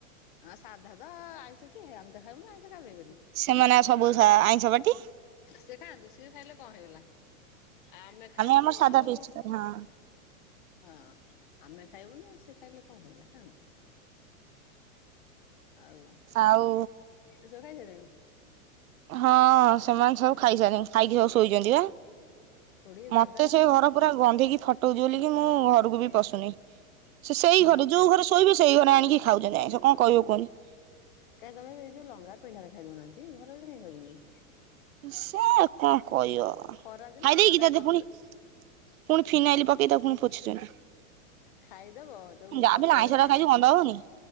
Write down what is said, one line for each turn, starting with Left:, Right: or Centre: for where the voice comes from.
Left: ହଁ ସାଧା ତ ଆଇଁଷ କି? ଆମେ ତ ଖାଇବୁନୁ ଆଇଁଷ କାହା ପାଇଁ କରିବୁ?
Right: ସେମାନେ ବା ସବୁ ଆଇଁଷ ପାଟି।
Left: ସିଏ ଖାଆନ୍ତୁ, ସିଏ ଖାଇଲେ କଣ ହେଇଗଲା? ଆ ଆମେ ଖାଇବୁନୁ
Right: ଆମର ସାଧା
Left: ଆଉ
Right: ଫିଷ୍ଟ ହଁ।
Left: ହଁ, ଆମେ ଖାଇବୁନୁ, ସିଏ ଖାଇଲେ କଣ ତାର ହେଇଗଲା ଖାଆନ୍ତୁ। ଆଉ
Right: ଆଉ
Left: ସେ ସବୁ ଖାଇସାଇଲେଣି?
Right: ହଁ, ସେମାନେ ସବୁ ଖାଇସାଇଲେଣି, ଖାଇକି ସବୁ ଶୋଇଛନ୍ତି ବା।
Left: ଖୁଡି ଦାଦା
Right: ମତେ ସେ ଘର ପୁରା ଗନ୍ଧେଇକି ଫଟଉଛି ବୋଲିକି, ମୁଁ ଘରକୁ ବି ପଶୁନେଇ। ସେ ସେଇ ଘରେ,
Left: ନ ଖାଇଲେ
Right: ଯୋଉ ଘରେ ଶୋଇବେ, ସେଇ ଘରେ ଆଣିକି ଖାଉଛନ୍ତି ଆଇଁଷ। କଣ କହିବ କୁହନି?
Left: କାହିଁ ତମେ ଏବେ ଏ ଯୋଉ ଲଂଘା ପିଣ୍ଢାରେ ଖାଇ ଦଉନାହାଁନ୍ତି, ଘର ଭିତରେ କାଇଁ ଖାଉଛନ୍ତି?
Right: ସେ କଣ କହିବ?
Left: ଖରା ଦିନ
Right: ଖାଇଦେଇକି
Left: ପଦାରେ
Right: ତା
Left: ପତ୍ର
Right: ଦେହରେ ପୁଣି ପୁଣି ଫିନାଇଲ ପକେଇ ତାକୁ ଫୁଣି ପୋଛିଚନ୍ତି।
Left: ଖାଇଦବ ଯୋଉ
Right: ଯାହାବି
Left: ପତ୍ରରେ
Right: ହେଲେ ଆଇଁଷଟା
Left: ଖାଇଦବ
Right: ଖାଇଚୁ ଗନ୍ଧ ହବନି?